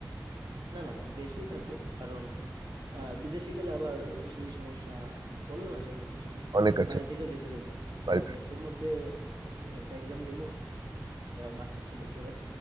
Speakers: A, on the right (about 85°); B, on the right (about 65°).
A: না না দেশেই থাকবো কারণ আহ, বিদেশে গেলে আবার সেই সমস্যা বললাম আছে অনেক কিছু
B: অনেক আছে
A: বাইরে থেকেও যেতে দেবে না তো
B: বাড়িতে।
A: দেশের মধ্যে ক- একটা এক্সাম দেবো মাস্টার্স কমপ্লিট করে